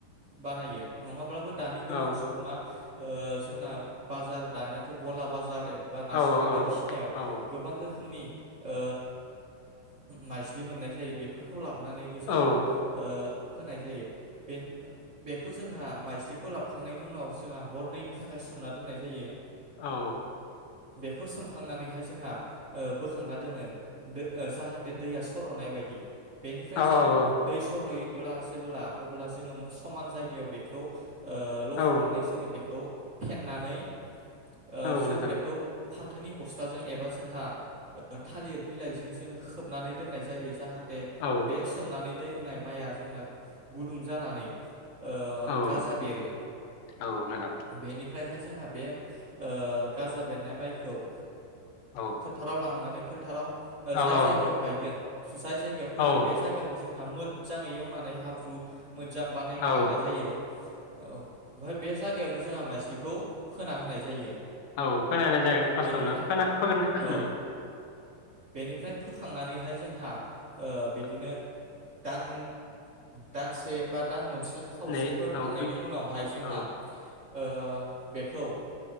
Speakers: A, on the right; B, on the left.
A: बानायो। नङाब्लाबो। दानि गोबां
B: औ
A: सुबुङा। ओ जोंना बाजार दानियाथ' गला बाजार बा नार्सारि
B: औ औ
A: बायदिसिनायाव
B: औ
A: गोबां रोखोम खोमनि ओ माइज्लि मोननाय जायो बेफोरखौ ला नानैबो जोंहा
B: औ
A: ओ होनाय जायो। बे बेखौ जोंहा माइस्लिखौ लाबखांनायनि उनाव जोंहा हरनैनि थाखाय सोमना दोननाय जायो।
B: औ।
A: बेखौ सोमखांनानैहाय जोंहा ओ बोखांना दोनो। दों जाहाथे दैया सर'नाय बायदि बेनिफ्राय
B: औ
A: जों दै सर'यो ब्ला जेबोब्ला अब्ला जोङो समान जायगायाव। बेखौ। ओ लखबनानै
B: औ
A: जोङो बेखौ फेननानै ओ
B: औ
A: जों
B: नोंथां
A: बेखौ फाथोनि बस्थाजों एबा जोंहा थालिर बिलाइजों जों खोबनानै दोननाय जायो जाहाथ थे
B: औ
A: बे सोमनानै दोननाय माइआ जोंना गुदुं जानानै ओ ओ
B: औ
A: गाजा बेरो
B: औ नोंथां
A: बेनि फ्रायहाय जोंहा बे ओ गाजा बेरनाय माइखौ ओ
B: औ
A: फोथाराव लांनानै फोथाराव
B: औ
A: जाय
B: औ
A: जायगायाव गायगोन जाय जायगायाव फोगोन
B: औ
A: बे जायगाखौ जों हा मोजाङै एवनानै हाब्रु मोजां बानायना
B: औ
A: लानाय जायो। औ ओमफाय बे जायगायावनो जोंहा माइस्लिखौ फोना होनाय जायो।
B: औ फोनायनाय जायो फार्स्टआवनो
A: बेनिफ्राय
B: फोनाय फोगोरनाय
A: औ
B: उम।
A: बेनिफ्राय फोखांनानैहाय जोंहा ओ बिदिनो
B: औ
A: दान दानसे बा दान मोनसे ए खावसे
B: नै
A: थांनायनि
B: औ बे
A: उनावहाय जोंहा
B: औ
A: ओ बेखौ ओ